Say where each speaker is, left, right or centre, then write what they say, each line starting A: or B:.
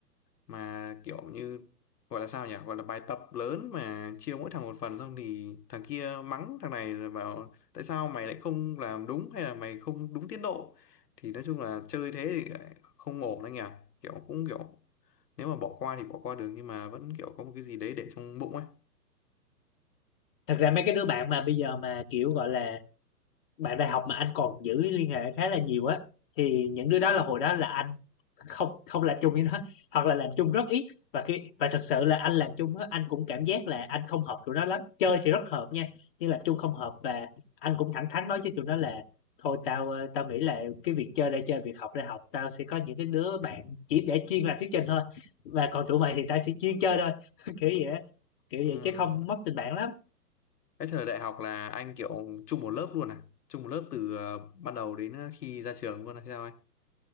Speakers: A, on the left (about 75°); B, on the left (about 35°).
A: mà kiểu như gọi là sao nhỉ gọi là bài tập lớn mà chia mỗi thằng một phần xong thì thằng kia mắng thằng này là bảo tại sao mày lại không làm đúng hay là mày không đúng tiến độ thì nói chung là chơi thế thì lại không ổn anh nhỉ kiểu cũng kiểu nếu mà bỏ qua thì bỏ qua được nhưng mà vẫn kiểu có một cái gì đấy để trong bụng ấy
B: thật ra mấy cái đứa bạn mà bây giờ mà kiểu gọi là bạn đại học mà anh còn giữ liên hệ khá là nhiều á thì những đứa đó là hồi đó là anh không không làm chung với nó hoặc là làm chung rất ít và khi và thật sự là anh làm chung á anh cũng cảm giác là anh không hợp tụi nó lắm chơi thì rất hợp nha nhưng làm chung không hợp và anh cũng thẳng thắn nói với tụi nó là thôi tao ờ, tao nghĩ là cái việc chơi đây chơi việc học đây học tao sẽ có những cái đứa bạn chỉ để chuyên làm thuyết trình thôi và còn tụi mày thì tao chỉ chuyên chơi thôi <laughs> kiểu vậy á kiểu
A: Ừm,
B: vậy chứ không mất tình bạn lắm
A: cái thời đại học là anh kiểu chung một lớp luôn à chung một lớp từ ờ, ban đầu đến ờ, khi ra trường luôn hay sao anh